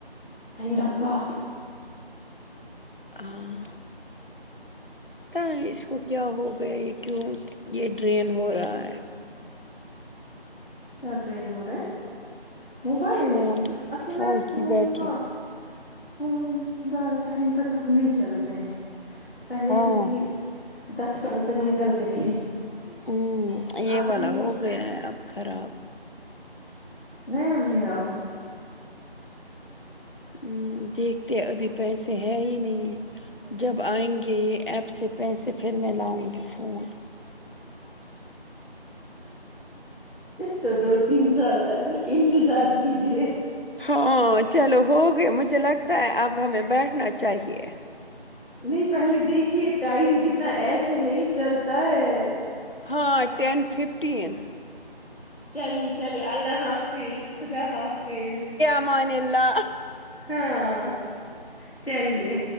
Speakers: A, on the left; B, on the left.
A: ہاے ربا
B: ہاں پتا اس کو کیا ہو گیا یہ کیوں یہ ڈرین ہو رہا ہے جی
A: کیا ڈرین ہو رہا موبائل
B: فون
A: اصل میں فون
B: کی بیٹری
A: تو فون زیادہ ٹائم تک اب نہیں چلتے ہیں پہلے
B: ہاں
A: فر بھی دس سال تک نکلتے تھے
B: ہ یہ
A: اب
B: والا
A: نہیں ہوتا
B: ہو گیا ہے اب خراب
A: نیا لے آؤ
B: ہ دیکھتے ابھی پیسے ہے ہی نہیں جب آئیں گے ایپ سے پیسے پھر میں لاؤں گی فون کچ
A: تو دو تین سال انتظار کیجے
B: ہاں چلو ہو گیا مجھے لگتا ہے اب ہمیں بیٹھنا چاہیے
A: نہیں پہلے دیکھیے ٹائم کتنا ایسے نہیں چلتا ہے
B: ہاں ٹن ففٹین
A: چلیے چلیے اللہ حافظ خدا حافظ
B: المان اللہ
A: ہاں چلیے